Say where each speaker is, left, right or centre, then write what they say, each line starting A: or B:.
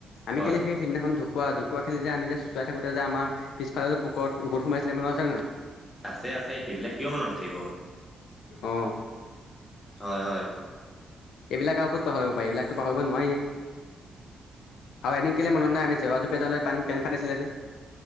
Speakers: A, on the left; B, on the left.
A: আমি
B: হয়
A: কেলে সেই সিদিনাখনঢোকুৱা ঢু কুৰা খেলি যেমি যে চোচাই থাকোঁ আমাৰ পিছফালে পুুকৰত সোমাইছিলে মানত আছে নে নাই
B: আছে আছে সেইবিলাক কিয় মনত নাথাকিব?
A: অ
B: হয় হয়।
A: এইবিলাক আৰু ক'ত পাহৰিব পাৰি এইবিলাকতো পাহৰিব নোৱাৰি আৰু এদিন কেলে মনত নাই আমি জেৱা জোপে যাওঁতে পেন ফাটাইছিলে যে